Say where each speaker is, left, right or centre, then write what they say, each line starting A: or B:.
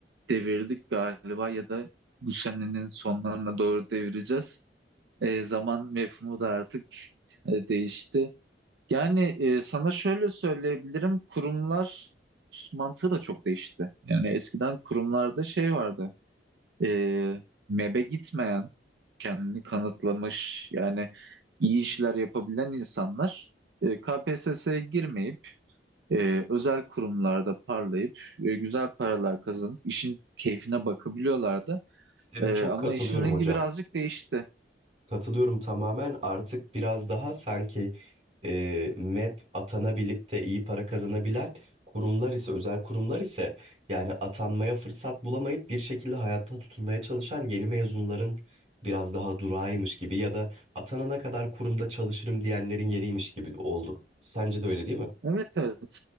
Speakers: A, on the right (about 75°); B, on the right (about 40°).
A: devirdik galiba ya da bu senenin sonlarına doğru devireceğiz. E, zaman mefhumu da artık e, değişti. Yani e, sana şöyle söyleyebilirim, kurumlar mantığı da çok değişti. Yani eskiden kurumlarda şey vardı, e, mebe gitmeyen, kendini kanıtlamış, yani iyi işler yapabilen insanlar e, KPSS'ye girmeyip, e, özel kurumlarda parlayıp, e, güzel paralar kazanıp, işin keyfine bakabiliyorlardı.
B: Evet,
A: E,
B: Çok
A: ama
B: katılıyorum
A: işin rengi
B: hocam.
A: birazcık değişti.
B: Katılıyorum tamamen. Artık biraz daha sanki e, MEP atanabilip de iyi para kazanabilen kurumlar ise, özel kurumlar ise yani atanmaya fırsat bulamayıp bir şekilde hayatta tutunmaya çalışan yeni mezunların biraz daha durağıymış gibi ya da atanana kadar kurumda çalışırım diyenlerin yeriymiş gibi oldu. Sence de öyle değil mi?
A: Evet evet.